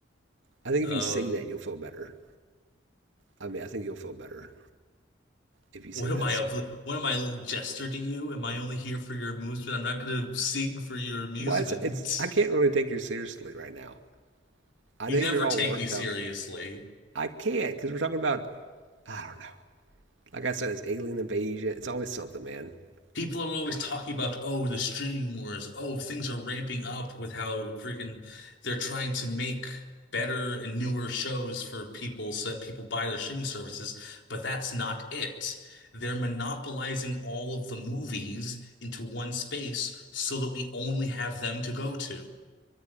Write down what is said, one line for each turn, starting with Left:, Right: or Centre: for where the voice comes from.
Right: I think
Left: Um,
Right: if you sing that, you'll feel better. I mean, I think you'll feel better if you
Left: what
Right: sing
Left: am
Right: that
Left: I
Right: song.
Left: up? What am I, a little jester to you? Am I only here for your amusement? I'm not going to sing for your amusement.
Right: Well, it's it's. I can't really take you seriously right now. I
Left: You
Right: know
Left: never
Right: you're all
Left: take
Right: worked
Left: me seriously.
Right: up. I can't because we're talking about. I don't know. Like I said, it's alien invasion. It's always something, man.
Left: People are always
Right: Uh,
Left: talking about, oh, the streaming wars. Oh, things are ramping up with how freaking they're trying to make better and newer shows for people so that people buy their streaming services. But that's not it. They're monopolizing all of the movies into one space so that we only have them to go to.